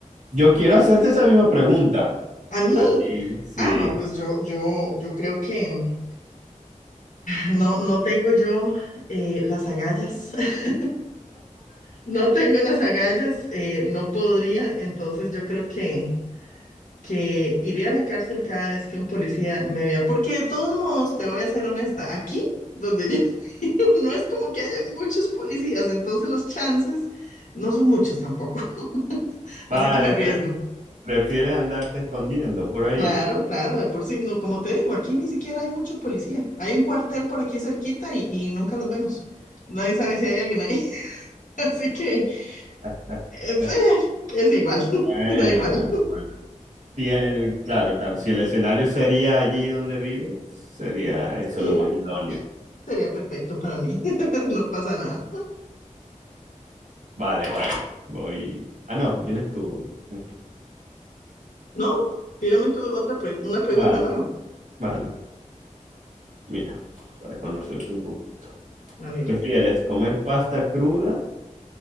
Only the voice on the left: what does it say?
A mí.
Ah, no, pues yo, yo, yo creo que no, no tengo yo eh, las agallas. <laughs> No tengo las agallas, eh, no podría, entonces yo creo que que iré a la cárcel cada vez que un policía me vea. Porque de todos modos, te voy a ser honesta, aquí donde yo <laughs> vivo, no es como que hayan muchos policías, entonces los chances no son muchos tampoco. <laughs>
Así que me arriesgo.
Claro, claro, de por sí, no, como te digo, aquí ni siquiera hay mucho policía. Hay un cuartel por aquí cerquita y, y nunca los vemos. Nadie sabe si hay alguien ahí. <laughs> Así que
eh, fe, es igual, <laughs>
da igual.
Sí,
sería perfecto para mí. <laughs> No pasa nada.
No, tírame tú otra pre- una pregunta
nueva.
A ver,